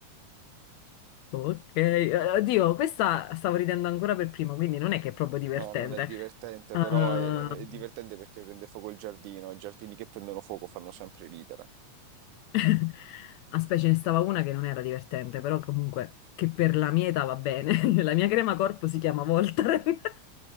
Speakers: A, on the left (about 75°); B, on the right (about 80°).
A: Ok, eh, oddio, questa stavo ridendo ancora per primo, quindi non è che è proprio divertente.
B: No, non è divertente,
A: Ehm,
B: però è, è divertente perché prende fuoco il giardino. I giardini che prendono fuoco fanno sempre ridere.
A: Ah, <laughs> Aspetta, ce ne stava una che non era divertente, però comunque che per la mia età va bene. <laughs> La mia crema corpo si chiama Voltaren. <laughs>